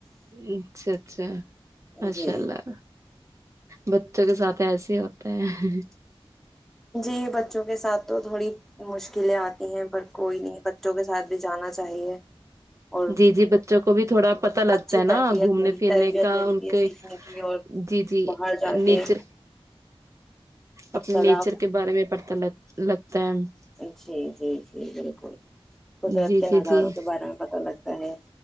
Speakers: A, on the right; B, in the centre.
A: اچھا اچھا اچشاء
B: جی
A: اللہ بچوں کے ساتھ ایسے ہی ہوتا ہے
B: جی بچوں کے ساتھ تو تھوڑی مشکلیں آتی ہیں پر کوئی نہیں بچوں کے ساتھ بھی جانا چاہیے اور
A: جی جی بچوں کو بھی تھوڑا پتا لگتا
B: اچھی
A: ہے نا
B: تربیت
A: گھومنے
B: مل
A: پھرنے
B: تربیت
A: کا
B: ملتی
A: ان
B: ہے
A: کے
B: سیکھنے کی اور
A: جی جی
B: باہر جا
A: نیچر
B: کے اختلاف
A: اپنے نیچر کے بارے میں پتاہ لگتا لگ ہے
B: جی جی جی بالکل قدرت
A: جی
B: کے
A: جی
B: نظاروں
A: جی
B: کے بارے میں پتا لگتا ہے